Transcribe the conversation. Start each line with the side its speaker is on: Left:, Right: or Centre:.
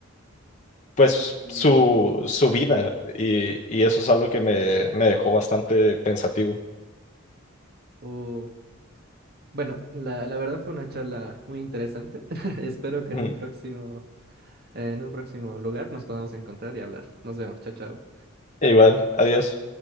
Left: pues
Right: mm,
Left: su, su vida y, y eso es algo que me, me dejó bastante pensativo.
Right: oh, Bueno, la, la verdad fue una charla muy interesante. <laughs> Espero que
Left: Mm,
Right: en un próximo, en un próximo lugar nos podamos encontrar y hablar. Nos vemos, chao, chao.
Left: Igual, adiós.